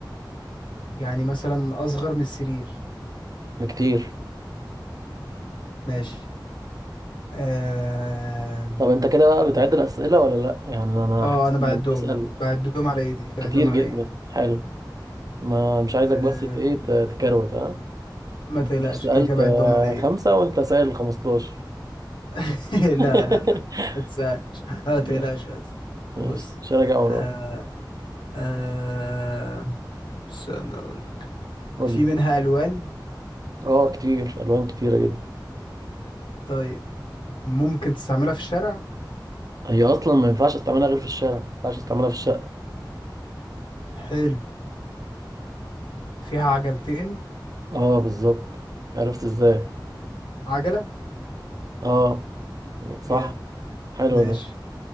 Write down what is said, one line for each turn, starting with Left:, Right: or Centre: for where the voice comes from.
Left: يعني مثلا أصغر من السرير
Right: بكتير
Left: ماشي اه
Right: طب أنت كده بقى بتعد الأسئلة ولا لأ يعني أنا
Left: آه،
Right: حاسس
Left: أنا
Right: إنك
Left: بعدهم
Right: بتسأل
Left: بعدهم على إيدي بعدهم
Right: كتير
Left: على
Right: جدا
Left: إيدي
Right: حلو ما مش عايزك
Left: آه،
Right: بس ت- إيه ت- تكروت ها
Left: ما
Right: ما
Left: تقلقش
Right: تكونش سألت
Left: كده كده بعدهم
Right: آه،
Left: على ايدي
Right: خمسة وأنت سائل 15
Left: <laughs>
Right: <laughs>
Left: لا لا ما تسألش ما
Right: ماشي
Left: تقلقش قصدي
Right: ماشي
Left: بص
Right: مش هراجع وراك
Left: آه آه استنى اقول لك
Right: قول
Left: في
Right: لي
Left: منها الوان
Right: اه كتير الوان كتيره جدا
Left: طيب ممكن تستعملها في الشارع
Right: هي اصلا ما ينفعش استعملها غير في الشارع ما ينفعش استعملها في الشقه
Left: حلو فيها عجلتين
Right: اه بالظبط عرفت ازاي
Left: عجلة
Right: اه
Left: جامد
Right: صح حلو
Left: ماشي
Right: ده